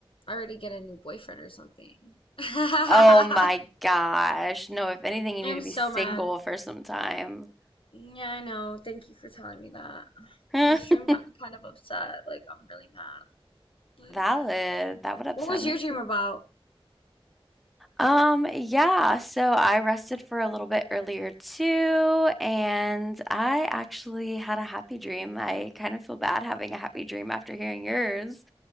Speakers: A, on the left; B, in the centre.
A: already get a new boyfriend or something. <laughs> I'm
B: Oh my gosh. No, if anything, you need to be
A: so
B: single
A: mad.
B: for some time.
A: Yeah, I know. Thank you for telling me that.
B: <laughs>
A: The stream got me kind of upset. Like, I'm really mad. Like,
B: Valid. That would upset
A: what was
B: me
A: your dream
B: too.
A: about?
B: Um, yeah, so I rested for a little bit earlier too, and I actually had a happy dream. I kind of feel bad having a happy dream after hearing yours.